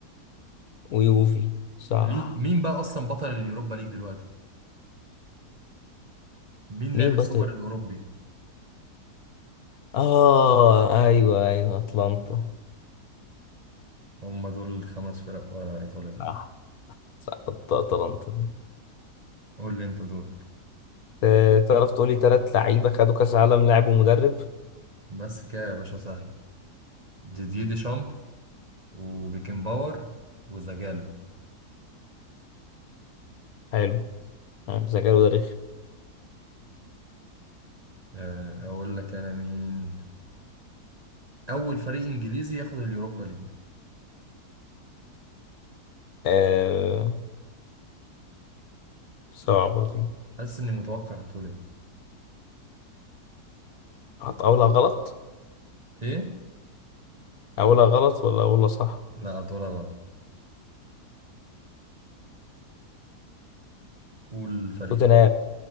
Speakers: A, on the left; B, on the right.
A: ويوفي صح
B: مين مين بقى اصلا بطل اليوروبا ليج دلوقتي مين
A: مين
B: لعب السوبر
A: بطل
B: الاوروبي
A: اه ايوه ايوه اتلانتا
B: هم دول الخمس فرق آه، ايطالية
A: صح صح أت- اتلانتا
B: قول لي انت دورك
A: آه، تعرف تقولي تلات لعيبة خدوا كأس عالم لاعب ومدرب
B: بس كده يا باشا سهلة ديديer ديشامب وبيكن باور وزجالو
A: حلو يعني ذكاء وده رخم
B: آه، اقول لك انا مين اول فريق انجليزي ياخد اليوروبا ليج
A: آه صعبة
B: لا،
A: دي
B: حاسس اني متوقع هتقول ايه
A: هت- أقولها غلط
B: ايه
A: أقولها غلط ولا أقولها صح
B: لا هتقولها غلط قول الفريق
A: توتنهام